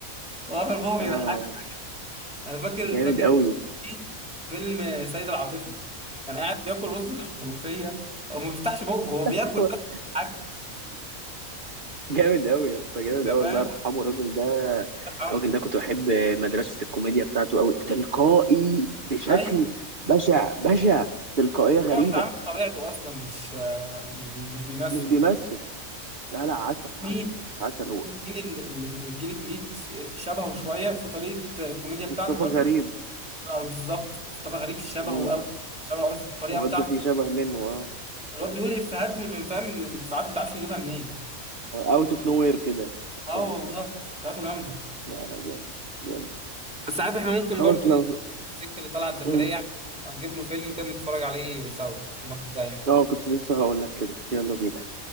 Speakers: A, in the centre; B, on the right.
A: هو قافل بقه بيضحك
B: اه
A: انا فاكر
B: جامد
A: فاكر
B: قوي
A: في فيلم سيد العاطفي كان قاعد بياكل رز <laughs> ملوخيه هو ما بيفتحش بقه هو بياكل
B: <laughs>
A: بس حاجه
B: جامد قوي يا اسطى جامد
A: انت فاهم
B: قوي الله يرحمه الراجل ده
A: انت فاهمه
B: الراجل ده كنت بحب مدرسة الكوميديا بتاعته قوي تلقائي بشكل
A: ايوه
B: بشع بشع تلقائية غريبة
A: هو بيتعامل بطبيعته اصلا مش مش بي مش بيمثل
B: مش بيمثل لا لا عسل
A: مين
B: عسل عسل هو
A: مين اللي اللي في من الجيل الجديد ش- شبهه شويه في طريقه الكوميديا بتاعته
B: مصطفى
A: برضو
B: غريب
A: آه، بالظبط مصطفى غريب شبهه
B: امم
A: مم. قوي شبهه قوي في الطريقه
B: الواد
A: بتاعته
B: ده فيه شبه منه اه
A: الواد بيقول إيه، افيهات من فاهم مش عارف ما تعرفش يجيبها منين
B: اوت اوف نو وير كده
A: اه
B: فاهم
A: والله بتاعته جامده
B: لا لا جامد جامد
A: بس عارف احنا ممكن
B: خلاص
A: برضو
B: لو
A: ايه ذكر اللي طلعت زكريا
B: مم.
A: يعني نبقى نجيب له فيلم كده نتفرج عليه سوا المره الجايه يعني
B: اه كنت لسه هقول لك كده يلا بينا